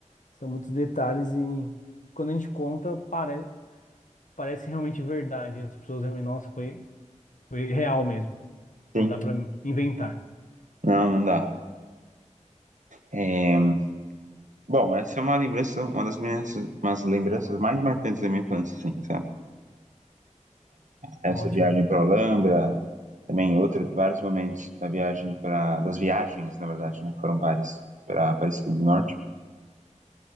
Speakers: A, on the left (about 85°); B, on the right (about 75°).
A: são muitos detalhes e quando a gente conta, pare, parece realmente verdade. As pessoas realmente, nossa, foi, foi real mesmo. Não
B: Sim.
A: dá para inventar.
B: Não, não dá. É, Bom, essa é uma lembrança, uma das minhas, umas lembranças mais marcantes da minha infância, assim, sabe? Essa
A: Ótimo.
B: viagem para Alhambra, também em outro, vários momentos da viagem para das viagens, na verdade, né? Foram várias para Aparecida do Norte.